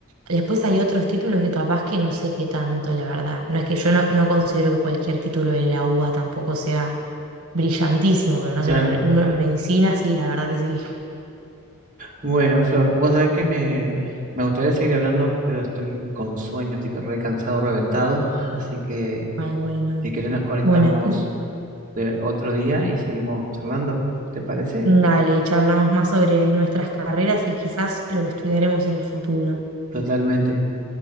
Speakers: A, on the right; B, on the right.
A: después hay otros títulos que capaz que no sé qué tanto, la verdad. No es que yo no, no considero que cualquier título de la UBA tampoco sea brillantísimo, pero no
B: Claro.
A: sé, uno, uno en medicina sí, la verdad que sí.
B: Bueno, Flor, vos sabés que me, me gustaría seguir hablando, pero estoy con sueño, estoy re cansado, reventado, <laughs> así que
A: Ay, bueno.
B: si querés nos conectamos
A: Bueno, después
B: de otro día y seguimos charlando, ¿te parece?
A: dale, charlamos más sobre nuestras carreras y quizás lo que estudiaremos en el futuro.
B: Totalmente,